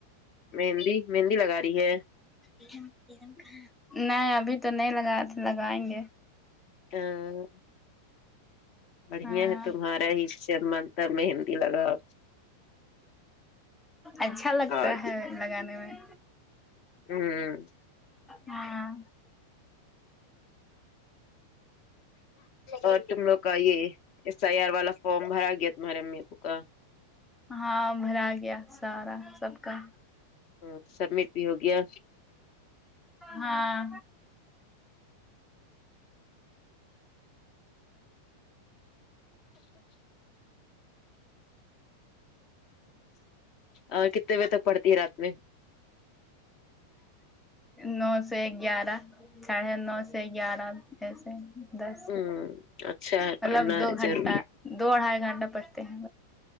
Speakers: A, on the left (about 40°); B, in the centre.
A: مہندی مہندی لگا رہی ہے
B: ارم ارم کہاں ہے نہیں ابھی تو نہیں لگا تھا لگائیں گے
A: آ بڑھیا
B: ہاں
A: ہے تمہارا ہی چمکتا مہندی لگاؤ
B: اچھا لگتا
A: اور
B: ہے لگانے میں
A: آمم
B: ہاں
A: اور تم لوگ کا یے ایس آئی آر والا فارم بھرا گیا تمہارے امی ابو کا
B: ہاں بھرا گیا سارا سب کا
A: ہاں سبمٹ بھی ہوگیا
B: ہاں
A: اور کتنے بجے تک پڑتی رات میں
B: نو سے گیارہ ساڑھے نو سے گیارہ سے دس
A: ہوں اچھا ہے
B: مطلب
A: پڑھنا
B: دو
A: ہے
B: گھنٹہ
A: ضروری
B: دو ڈھائی گھنٹہ تے ہے